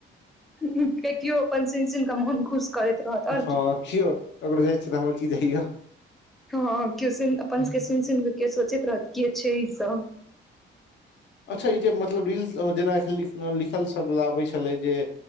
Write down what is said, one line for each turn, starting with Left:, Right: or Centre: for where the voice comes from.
Centre: कियो अपन सुन -सुन का मोन खुश। करैत रहत आओर
Left: हँ,
Centre: की
Left: किओ <unintelligible> जाइ छ, तऽ हमर कि जइय।
Centre: हँ, केओ सुन, अपन सबके सुन-सुन कऽ केओ सोचैत रहत, के छै ई सब।
Left: अच्छा, ई जे मतलब, रील जेना एखन लिख, लिखल सब आबै छलै जे,